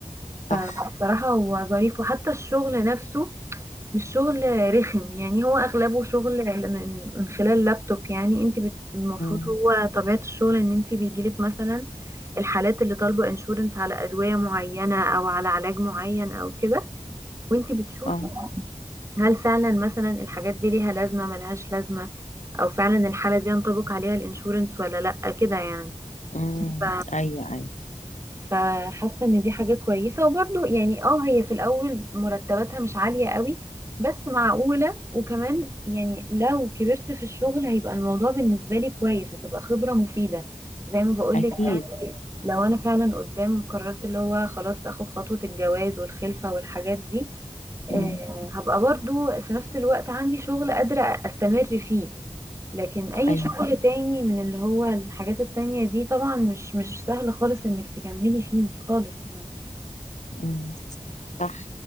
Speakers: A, on the left (about 75°); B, on the right (about 20°).
A: صح
B: فبصراحة هو ظريف وحتى الشغل نفسه مش شغل رخم يعني هو اغلبه شغل من من خلال لابتوب يعني انت بت- المفروض
A: مم.
B: هو طبيعة الشغل ان انت بيجيلك مثلا الحالات اللي طالبة انشورنس على ادوية معينة او على علاج معين او كده وانت بتشوفي
A: اه
B: هل فعلا مثلا الحاجات دي ليها لازمة ملهاش لازمة او فعلا الحالة دي ينطبق عليها الانشورنس ولا لا كده يعني
A: امم
B: ف
A: ايوه ايوه
B: فحاسه ان دي حاجه كويسه وبرضو يعني اه هي في الاول مرتباتها مش عاليه قوي بس معقوله وكمان يعني لو كبرت في الشغل هيبقى الموضوع بالنسبه لي كويس هتبقى خبره مفيده زي ما بقولك
A: اكيد
B: يعني لو انا فعلا قدام قررت اللي هو خلاص اخد خطوه الجواز والخلفه والحاجات دي آه،
A: امم
B: هبقى برضو في نفس الوقت عندي شغل قادره استمر فيه لكن اي
A: ايوه
B: شغل تاني من اللي هو الحاجات التانية دي طبعا مش مش سهل خالص انك تكملي فيه خالص يعني
A: امم صح